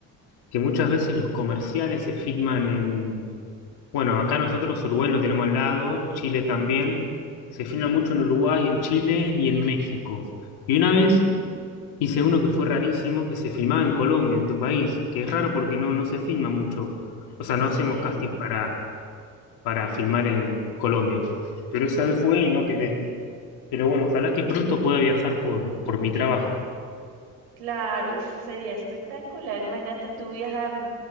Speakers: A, on the left; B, on the right.
A: que muchas veces los comerciales se filman en Bueno, acá nosotros Uruguay lo tenemos al lado, Chile también. Se filma mucho en Uruguay, en Chile y en México. Y una vez
B: Mm,
A: hice uno que fue rarísimo, que se filmaba en Colombia, en tu país, que es raro porque no, no se filma mucho. O sea, no
B: sí.
A: hacemos casting para, para filmar en Colombia. Pero esa vez fue y no quedé. Pero bueno, ojalá que pronto pueda viajar por, por mi trabajo.
B: Claro, uf, sería espectacular. Imagínate tú viajar, o